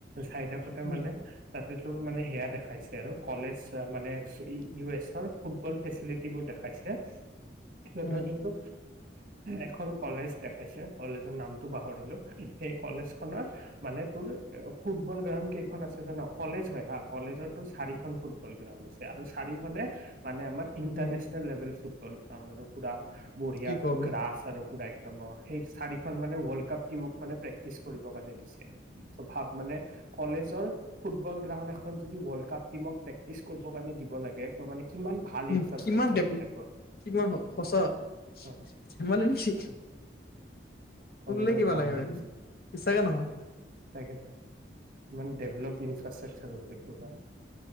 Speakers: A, on the right (about 45°); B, on the left (about 55°).
A: চাই থাকোতে
B: উম,
A: মানে তাতে তোৰ মানে সেয়া দেখাইছে আৰু। কলেজ মানে ইউ এছৰ ফুটবল ফেচিলিটিবোৰ দেখাইছে। সিহঁতৰ
B: উম,
A: যোনটো এখন কলেজ দেখাইছে কলেজৰ নামটো পাহৰিলো, সেই কলেজ খনৰ মানে তোৰ ফুটবল গ্ৰাউণ্ড কেইখন আছে জান কলেজ হয় হা কলেজৰ চাৰিখন ফুটবল গ্ৰাউণ্ড আছে আৰু চাৰিখনে মানে আাৰ ইণ্টাৰনেশ্যনেল
B: উম,
A: লেভেল ফুটবল। অ', মানুহ ফুৰা বঢ়িয়া
B: কি কওঁ বে
A: ক্ৰাছ আৰু পুৰা এক একম সেই চাৰিখন মানে ৱৰ্ল্ড কাপ টিমক মানে প্ৰেক্টিচ কৰিব কাৰণে দিছে চ' ভাব মানে কলেজৰ ফুটবল গ্ৰাউণ্ড এখন যদি ৱৰ্ল্ড কাপ টিমক প্ৰেক্টিছ কৰিবৰ কাৰণে দিব লাগে ত' মানে কিমান ভাল
B: উম,
A: ইনফ্ৰাষ্ট্ৰাকচাৰ
B: কিমান ডেভ
A: হ'ব লাগিব
B: কিমান সঁচা
A: অ,
B: ধেমালি নেকি
A: অ।
B: শুনিলে
A: কলেজৰ
B: কিবা
A: গ্ৰাউণ্ডিত
B: লাগে বিশ্বাসে নহয়।
A: তাকেতো ইমান ডেভলপ ইনফ্ৰাষ্ট্ৰাকচাৰ হ'ব কাৰ